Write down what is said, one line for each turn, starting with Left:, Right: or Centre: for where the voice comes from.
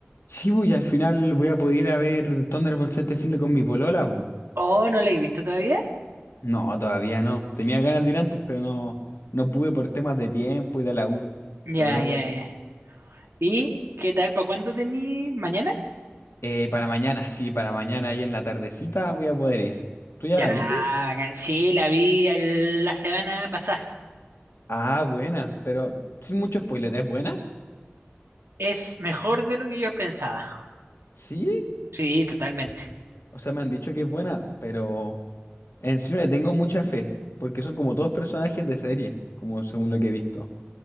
Left: Sí, pues, y al final voy a poder ir a ver Thunderbolts este fin de con mi polola. pues.
Right: Oh, ¿no la he visto todavía?
Left: No, todavía no. Tenía ganas de ir antes, pero no, no pude por temas de tiempo y de la U.
Right: Ya,
Left: Pero voy a
Right: ya,
Left: poder ir.
Right: ya. ¿Y qué tal? ¿Para cuándo tení? ¿Mañana?
Left: Eh, para mañana, sí, para mañana ahí en la tardecita voy a poder ir. ¿Tú ya
Right: Ya,
Left: la viste?
Right: bacán. Sí, la vi el- la semana pasada.
Left: Ah, buena, pero sin mucho spoiler, ¿es buena?
Right: Es mejor de lo que yo pensaba.
Left: Sí,
Right: Sí, totalmente.
Left: o sea, me han dicho que es buena, pero en sí no le tengo mucha fe, porque son como todos personajes de serie, como según lo que he visto.